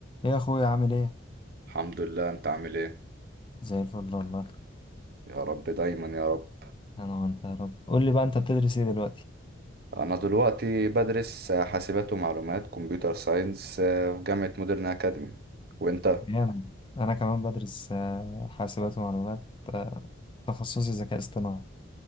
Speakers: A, on the left; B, on the right.
A: ايه يا اخويا عامل ايه
B: الحمد لله انت عامل ايه
A: زي الفل والله
B: يا رب دايما يا رب
A: انا وانت يا رب قول لي بقى انت بتدرس ايه دلوقتي
B: انا دلوقتي بدرس آه، حاسبات ومعلومات كمبيوتر ساينس آه، في جامعة مودرن اكاديمي وانت
A: جامد انا كمان بدرس آه، حاسبات ومعلومات آه، تخصصي ذكاء اصطناعي